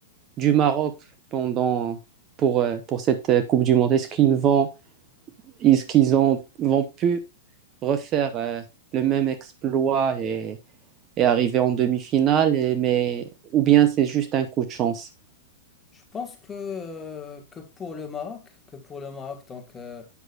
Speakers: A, on the right (about 35°); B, on the left (about 15°).
A: du Maroc pendant, pour, euh, pour cette euh, Coupe du Monde? Est-ce qu'ils vont, est-ce qu'ils ont, vont pu refaire euh, le même exploit et, et arriver en demi-finale, et- mais, ou bien c'est juste un coup de chance?
B: Je pense que, euh, que pour le Maroc, que pour le Maroc, donc euh,